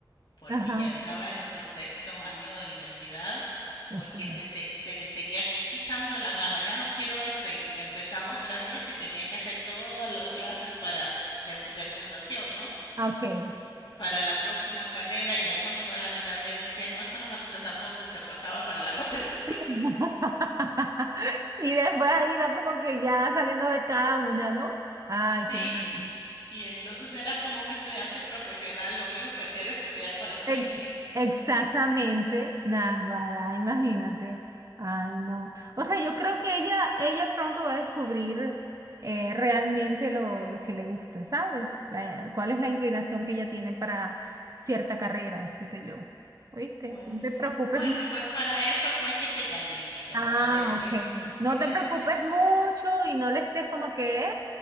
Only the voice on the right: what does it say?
Ajá,
o
sea,
ah, ok.
<laughs> Y después ha ido como que ya sabiendo de cada una, ¿no? Ay,
qué maravilla.
Ex- Exactamente, Navarra, imagínate. Ay, no. O sea, yo creo que ella, ella pronto va a descubrir eh, realmente lo, lo que le gusta, ¿sabes? La- cuál es la inclinación que ella tiene para cierta carrera, qué sé yo. ¿Oíste?
No
te preocupes
Ah,
ok. No
te preocupes
mucho y no le estés como que, "Eh".